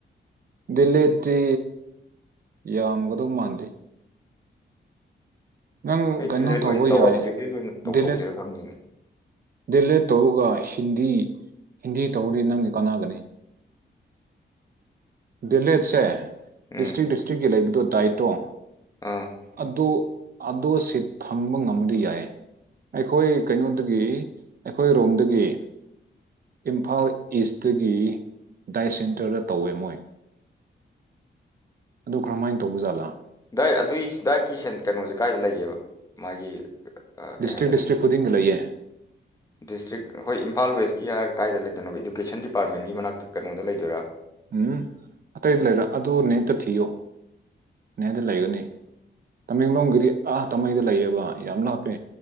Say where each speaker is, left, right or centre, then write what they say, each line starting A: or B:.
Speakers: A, on the right; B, on the left.
A: ꯗꯤꯂꯦꯠꯇꯤ ꯌꯥꯝꯒꯗꯧ ꯃꯥꯟꯗꯦ ꯅꯪ
B: ꯑꯩ
A: ꯀꯩꯅꯣ
B: ꯗꯤꯂꯦꯠ
A: ꯇꯧꯕ
B: ꯑꯣꯏꯅ ꯇꯧ
A: ꯌꯥꯏ
B: ꯗꯤꯂꯦꯠ ꯑꯣꯏꯅ ꯇꯧꯊꯣꯛꯁꯤꯔꯥ
A: ꯗꯤꯂꯦꯠ
B: ꯈꯪꯗꯦꯅꯦ
A: ꯗꯦꯂꯦꯠ ꯇꯧꯔꯒ ꯍꯤꯟꯗꯤ ꯍꯤꯟꯗꯤ ꯇꯧꯔꯗꯤ ꯅꯪꯒꯤ ꯀꯥꯟꯅꯒꯅꯤ
B: <inaudible>
A: ꯗꯤꯂꯦꯖꯁꯦ
B: ꯎꯝ
A: ꯗꯤꯁꯇ꯭ꯔꯤꯛ ꯗꯤꯁꯇ꯭ꯔꯤꯛꯀꯤ ꯂꯩꯕꯗꯣ ꯗꯥꯏꯇꯣ
B: ꯑꯥ
A: ꯑꯗꯣ ꯑꯗꯣ ꯁꯤꯠ ꯐꯪꯕ ꯉꯝꯃꯗꯤ ꯌꯥꯏ ꯑꯩꯈꯣꯏ ꯀꯩꯅꯣꯗꯒꯤ ꯑꯩꯈꯣꯏ ꯔꯣꯝꯗꯒꯤ ꯏꯝꯐꯥꯜ ꯏꯁꯇꯒꯤ ꯗꯥꯏ ꯁꯦꯟꯇꯔꯗ ꯇꯧꯋꯦ ꯃꯣꯏ ꯑꯗꯨ ꯀꯔꯃꯥꯏꯅ ꯇꯧꯕ ꯖꯥꯠꯂꯥ
B: ꯗꯥꯏꯠ ꯑꯗꯨꯏ ꯗꯥꯏꯠꯀꯤ ꯁꯦꯟ ꯀꯩꯅꯣꯁꯦ ꯀꯥꯏꯗ ꯂꯩꯒꯦꯕ ꯃꯥꯒꯤ ꯑ, ꯀꯩ
A: ꯗꯤꯁꯇ꯭ꯔꯤꯛ
B: ꯍꯥꯏꯗꯣꯏꯅꯣ
A: ꯗꯤꯇ꯭ꯔꯤꯛ ꯈꯨꯗꯤꯡ ꯂꯩꯌꯦ
B: ꯗꯤꯁꯇ꯭ꯔꯤꯛ ꯍꯣꯏ ꯏꯝꯐꯥꯜ ꯋꯦꯁꯀꯤ ꯍꯥꯏꯔ ꯀꯥꯏꯗ ꯂꯩꯗꯣꯏꯅꯣ ꯏꯗꯨꯀꯦꯁꯟ ꯗꯤꯄꯥꯔꯠꯃꯦꯟꯒꯤ ꯃꯅꯥꯛꯇ ꯀꯩꯅꯣꯗ ꯂꯩꯗꯣꯏꯔꯥ
A: ꯎꯝ ꯑꯇꯩꯗ ꯂꯩꯔꯣꯏ ꯑꯗꯨ ꯅꯦꯛꯇ ꯊꯤꯌꯣ ꯅꯦꯗ ꯂꯩꯒꯅꯤ ꯇꯃꯦꯡꯂꯣꯡꯒꯤꯗꯤ ꯑꯥ ꯇꯥꯃꯩꯗ ꯂꯩꯌꯦꯕ ꯌꯥꯝ ꯂꯥꯞꯄꯦ